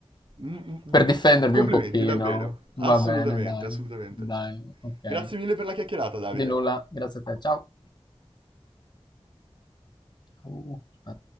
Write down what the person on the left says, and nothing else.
Per difendermi
un pochino.
Va
bene, dai.
Dai, okay.
Di nulla, grazie a te. Ciao. Ciao.